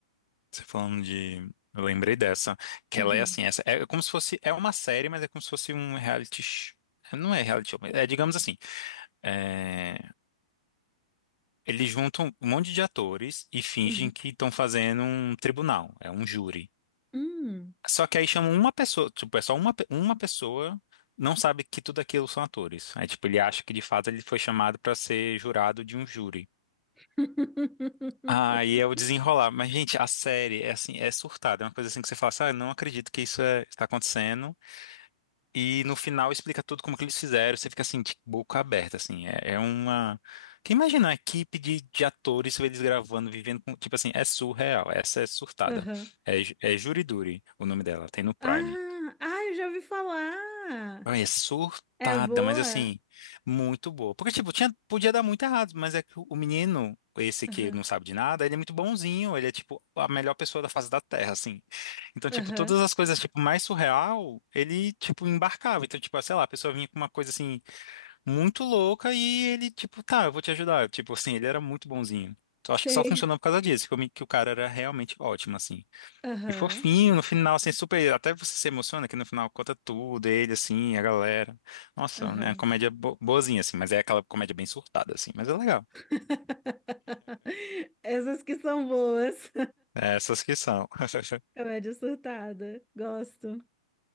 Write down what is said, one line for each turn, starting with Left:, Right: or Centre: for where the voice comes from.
Left: você falando de. Eu lembrei dessa, que
Centre: Uhum,
Left: ela é assim, essa, é como se fosse, é uma série, mas é como se fosse um reality, sh- não é reality show, mas é digamos assim, é, eles juntam um monte de atores e fingem
Centre: uhum,
Left: que estão fazendo um tribunal, é um júri.
Centre: hum.
Left: Só que aí chamam uma pessoa, tipo, é só uma, pe- uma pessoa não sabe que tudo aquilo são atores. Aí, tipo, ele acha que de fato ele foi chamado para ser jurado de um júri.
Centre: <laughs>
Left: Ah, e é o desenrolar. Mas, gente, a série é assim, é surtada. É uma coisa assim que você fala assim, ah, eu não acredito que isso é- está acontecendo. E no final explica tudo como que eles fizeram. Você fica assim, de boca aberta, assim. É, é uma. Quem imagina a equipe de, de atores, eles gravando, vivendo com. Tipo assim, é surreal. Essa é surtada.
Centre: Aham.
Left: É, Ju- é Jury Duty, o nome dela. Tem no Prime.
Centre: Ah, ah, eu já ouvi falar.
Left: Ai, É surtada,
Centre: É boa?
Left: mas assim, muito boa. Porque, tipo, tinha, podia dar muito errado, mas é que o menino, esse
Centre: Aham.
Left: que não sabe de nada, ele é muito bonzinho, ele é, tipo, a melhor pessoa da face da Terra, assim. Então, tipo,
Centre: Aham,
Left: todas as coisas, tipo, mais surreal, ele, tipo, embarcava. Então, tipo, sei lá, a pessoa vinha com uma coisa, assim, muito louca e ele, tipo, tá, eu vou te ajudar. Tipo, assim, ele era muito bonzinho. Então,
Centre: sei.
Left: acho que só funcionou por causa disso, que, eu me- que o cara era realmente ótimo, assim.
Centre: Aham,
Left: E fofinho, no final, assim, super. Até você se emociona que no final conta tudo, ele, assim, a galera. Nossa,
Centre: aham.
Left: né? Uma comédia bo- boazinha, assim, mas é aquela comédia bem surtada, assim, mas é legal.
Centre: <laughs> Essas que são boas.
Left: É, essas que são. <laughs>
Centre: <laughs> Comédia surtada. Gosto.